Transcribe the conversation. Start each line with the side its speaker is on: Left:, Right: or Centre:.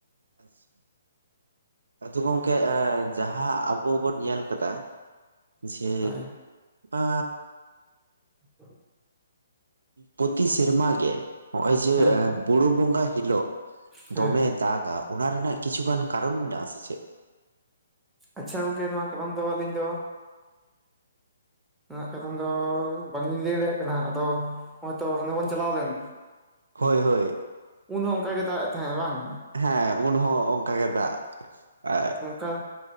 Right: ᱟᱪᱪᱷᱟ ᱟᱫᱚ ᱜᱚᱝᱠᱮ ᱡᱟᱦᱟᱸ ᱟᱵᱚ ᱵᱚᱱ ᱧᱮᱞ ᱠᱟᱫᱟ ᱡᱮ
Centre: ᱦᱳᱭ
Right: ᱟ
Centre: <unintelligible>
Right: ᱯᱨᱚᱛᱤ ᱥᱮᱨᱢᱟ ᱜᱮ ᱱᱚᱜᱼᱚᱭ ᱡᱮ
Centre: ᱦᱮᱸ
Right: ᱵᱩᱨᱩ ᱵᱚᱸᱜᱟ ᱦᱤᱞᱳᱜ
Centre: ᱦᱮᱸ
Right: ᱫᱚᱢᱮᱭ ᱫᱟᱜᱟ ᱚᱱᱟ ᱨᱮᱱᱟᱜ ᱠᱤᱪᱷᱩᱜᱟᱱ ᱠᱟᱨᱚᱱ ᱢᱮᱱᱟᱜᱼᱟ ᱥᱮ ᱪᱮᱫ?
Centre: ᱟᱪᱪᱷᱟ ᱜᱚᱝᱠᱮ ᱱᱚᱣᱟ ᱠᱟᱨᱟᱢ ᱫᱚ ᱟᱹᱞᱤᱧ ᱫᱚ ᱚᱱᱟ ᱠᱟᱨᱚᱱ ᱫᱚ ᱵᱟᱝᱞᱤᱧ ᱞᱟᱹᱭ ᱫᱟᱲᱮᱭᱟᱜ ᱠᱟᱱᱟ ᱟᱫᱚ ᱦᱚᱸᱜ ᱚᱭ ᱛᱚ ᱦᱟᱸᱰᱮ ᱵᱚᱱ ᱪᱟᱞᱟᱣ ᱞᱮᱱ,
Right: ᱦᱳᱭ ᱦᱳᱭ,
Centre: ᱩᱱ ᱦᱚᱸ ᱚᱱᱠᱟ ᱜᱮᱭ ᱫᱟᱜ ᱮᱫ ᱛᱟᱦᱮᱸᱱᱟ ᱵᱟᱝ,
Right: ᱦᱮᱸ ᱩᱱ ᱦᱚᱸ ᱚᱱᱠᱟ ᱜᱮ ᱫᱟᱜ ᱮᱫ
Centre: ᱠᱟ